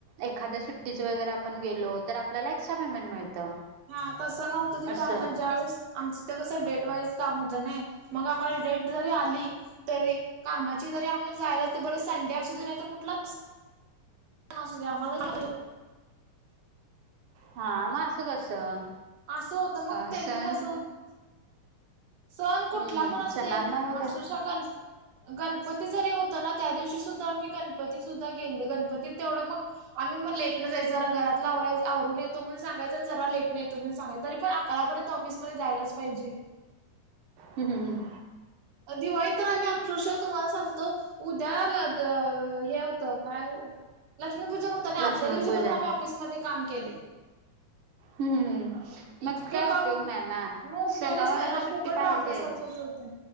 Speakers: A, on the right; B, on the right.
A: एखाद्या सुट्टीच वगैरे आपण गेलो तर आपल्याला एक्स्ट्रा पेमेंट मिळतं.
B: हा तसं नव्हतं तिथं
A: असं
B: आम्हा ज्यावेळेस आमच इथं कसं डेट वाईज काम होतं नाही मग आम्हाला डेट जरी आली तरी कामाची जरी आम्ही जायलाच ते बर संडे असुदे नाहीत कुठला पण असुदे आम्हाला <unintelligible>
A: हा म असं कसं?
B: असं होतं मग
A: अ
B: त्यांनी
A: सण
B: कसं हुत सण कुठला
A: हम्म
B: पण असुदे
A: सणांना वगैरे
B: अक्षरशः गण गणपती जरी होतं ना त्या दिवशी सुद्धा मी गणपती सुद्धा गेले गणपतीत तेवढं मग आम्ही मग लेट न जायच जरा घरातल आवरून येतो म्हणून सांगायच आणि जरा लेटन येतो म्हण सांगायच तरी आणि पण आक करापर्यंत ऑफिसमध्ये जायलाच पाहिजे
A: हम् हम हम
B: दिवाळीत तर आम्ही अक्षरशः तुम्हाला सांगतो उद्या ल ग हे होतं काय ओ लक्ष्मीपूजन होतं तरं मी
A: लक्ष्मीपूजा
B: आदल्या दिवशी पण मी ऑफिसमध्ये काम केलय
A: हम्म हम्म
B: इतके
A: मग काय
B: काम
A: उपयोग नाही ना
B: मग उपयोगच
A: सणावाराला
B: नाही ना
A: सुट्टी
B: फुकट
A: पाहिजेच
B: राबल्यासारखंच होतय